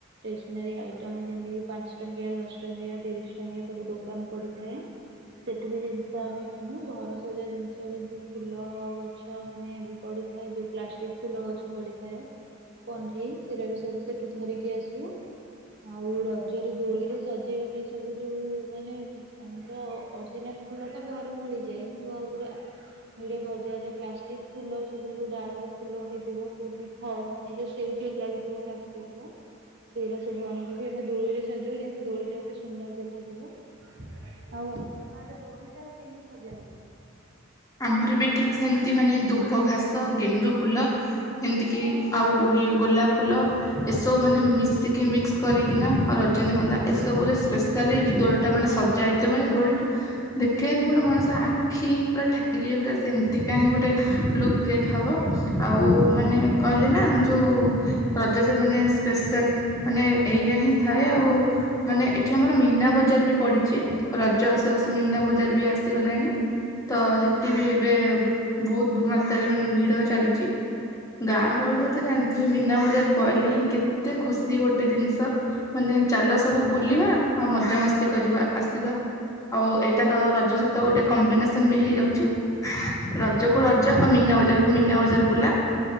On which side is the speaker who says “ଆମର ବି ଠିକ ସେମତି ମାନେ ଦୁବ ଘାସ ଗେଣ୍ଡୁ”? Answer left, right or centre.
Left